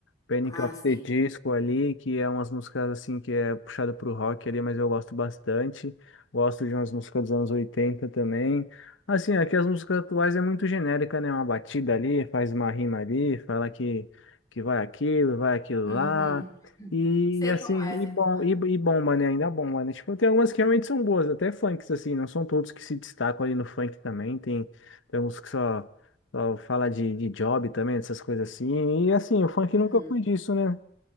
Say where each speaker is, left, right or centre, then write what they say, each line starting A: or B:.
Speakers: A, on the left; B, on the left.
A: Panic
B: Ah,
A: of
B: sei.
A: the Disco ali, que é umas músicas assim que é puxada pro rock ali, mas eu gosto bastante. Gosto de umas músicas dos anos 80 também. Assim, aqui as músicas atuais é muito genérica, né? Uma batida ali, faz uma rima ali, fala que, que vai aquilo, vai aquilo
B: Uhum.
A: lá.
B: <laughs>
A: E,
B: Sei
A: e assim,
B: como é, sei
A: e, bom,
B: como é.
A: e, e bomba, né? Ainda bomba, né? Tipo, tem algumas que realmente são boas, até funks, assim, não são todos que se destacam ali no funk também. Tem, tem uns que só. Só fala de, de job também, dessas coisas assim. E assim, o funk
B: Uhum.
A: nunca foi disso, né?